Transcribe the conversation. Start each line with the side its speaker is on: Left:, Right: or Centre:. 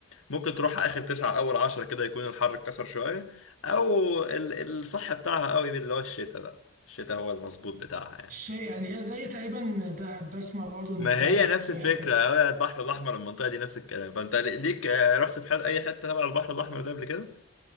Left: ممكن تروحها آخر تسعة أول عشرة كده يكون الحر اتكسر شوية أو ال- الصح بتاعها قوي اللي هو الشتاء بقى الشتاء هو المظبوط بتاعها يعني
Right: مش- يعني هي زي تقريبا دهب بسمع برضو إن
Left: ما
Right: دهب
Left: هي نفس الفكرة
Right: آه،
Left: هو البحر الأحمر المنطقة دي نفس الكلام فأنت ليك آه، رحت في حد أي حتة تبع البحر الأحمر ده قبل كده؟